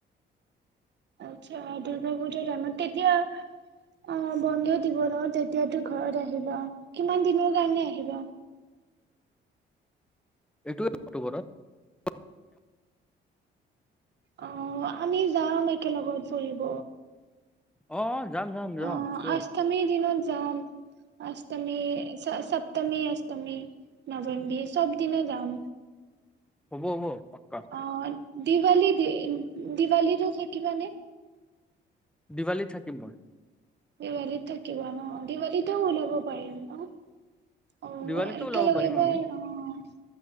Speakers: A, on the right; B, in the centre.
A: আচ্ছা দুৰ্গা পূজাৰ দামত তেতিয়া আহ বন্ধ দিব ন তেতিয়াতো ঘৰলে আহিবা কিমান দিনৰ কাৰণে আহিবা
B: এইটো অক্টোবৰত
A: অ আমি যাম একে লগত ফুৰিব
B: অ যাম যাম যাম
A: অ
B: চিয়ৰ
A: অষ্টমী দিনত যাম অষ্টমী ছ ছপ্তমী সপ্তমী নৱেম্বী সব দিনে যাম।
B: হ'ব হ'ব পাক্কা।
A: অ' দিৱালী, দি দিৱালীটো থাকিবানে?
B: দিৱালীত থাকিম মই।
A: দিৱালীত থাকিবা ন', দিৱালীতেও ওলাব পাৰিম ন? অ'
B: দিৱালীতো
A: একেলগ
B: ওলাব পাৰিম
A: এইবাৰ
B: আমি
A: অ',